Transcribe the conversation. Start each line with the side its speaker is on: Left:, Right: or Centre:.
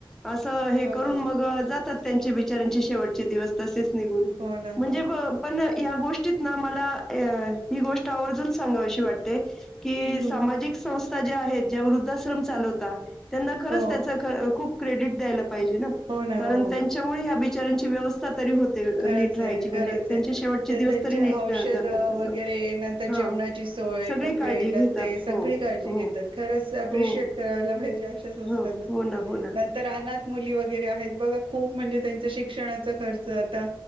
Centre: असं हे
Right: हो
Centre: करून
Right: ना
Centre: मग जातात त्यांचे बिचाऱ्यांचे शेवटच दिवस तसेच निघून
Right: हो ना
Centre: म्हणजे
Right: हो
Centre: बघ पण या गोष्टीत ना मला अह ही गोष्ट आवर्जून सांगावीशी वाटते कि
Right: हम्म
Centre: सामाजिक संस्था जे आहेत जे वृद्धाश्रम चालवतात त्यांना खरंच
Right: हो
Centre: त्याच खर खूप क्रेडीट द्यायला पाहिजे ना
Right: हो ना
Centre: कारण
Right: हो
Centre: त्यांच्यामुळे ह्या बीच बिचाऱ्याची व्यवस्था स्था तरी होते
Right: खरंच
Centre: नीट राहायची
Right: आहे
Centre: म्हणजे
Right: खरच
Centre: त्यांचे
Right: आहे
Centre: शेवटचे
Right: तर
Centre: दिवस
Right: त्यांचे
Centre: तरी नीट
Right: औषध
Centre: अ, जातात असं
Right: वगैरे नंतर
Centre: हा
Right: जेवणाची सोय,
Centre: सगळी
Right: कपडे
Centre: काळजी घेतात
Right: लत्ते सगळी
Centre: हो.
Right: काळजी
Centre: हो
Right: घेतात खरंच अप्रिशिएट
Centre: हो
Right: करायला पाहिजे अशा संस्थांना.
Centre: हो हो ना हो ना
Right: नंतर अनाथ मुली वगैरे आहेत बघा खूप म्हणजे त्यांचा शिक्षणाचा खर्च आता